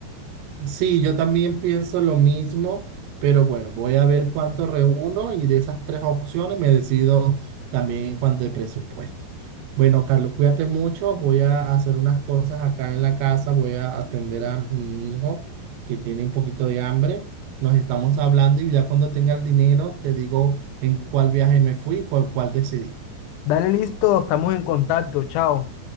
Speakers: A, on the right; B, on the left.
A: Sí, yo también pienso lo mismo, pero bueno, voy a ver cuánto reúno y de esas tres opciones me decido también en cuanto de presupuesto. Bueno, Carlos, cuídate mucho, voy a hacer unas cosas acá en la casa, voy a atender a mi hijo que tiene un poquito de hambre. Nos estamos hablando y ya cuando tenga el dinero te digo en cuál viaje me fui, cuál, cuál decidí.
B: Dale listo, estamos en contacto, chao.